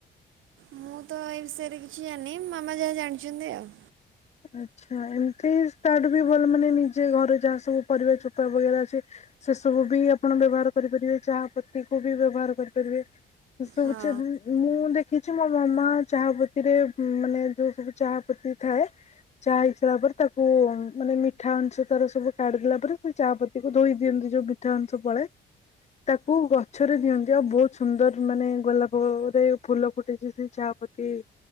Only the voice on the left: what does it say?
ଆଛା ଏମିତିବି ତାଠୁବି ଭଲ ମାନେ ନିଜେ ଘରେ ଯାହା ସବୁ ପରିବା ଚୋପା <unintelligible> ଅଛି। ସେସବୁ ବି ଆପଣ ବ୍ୟବହାର କରିପାରିବେ ଚାହା ପତି କୁ ବି ବ୍ୟବହାର କରିପାରିବେ। <unintelligible>
ମୁଁ ଦେଖିଛି ମୋ ମାମା ଚା ପତିରେ ମାନେ ଯୋଉ ସବୁ ଚା ପତି ଥାଏ ଚା ହେଇସାରା ପରେ ତାକୁ ମାନେ ମିଠା ଅଂଶ ତାର ସବୁ କାଢିଦେଲା ପରେ ସେ ଚା ପତିକୁ ଧୋଇ ଦିଅନ୍ତି ଯୋଉ ମିଠା ଅଂଶ ପଳାଏ। ତାକୁ ଗଛରେ ଦିଅନ୍ତି ଆଉ ବହୁତ ସୁନ୍ଦର ମାନେ ଗୋଲାପରେ ଫୁଲ ଫୁଟଛି ସେଇ ଚା ପ କି